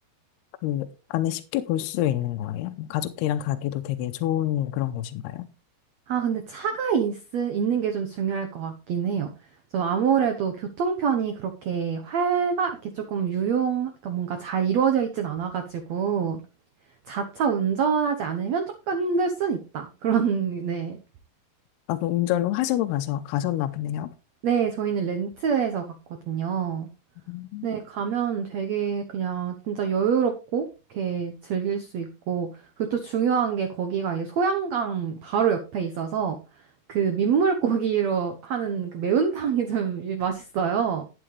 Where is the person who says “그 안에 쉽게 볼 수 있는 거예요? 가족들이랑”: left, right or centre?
Left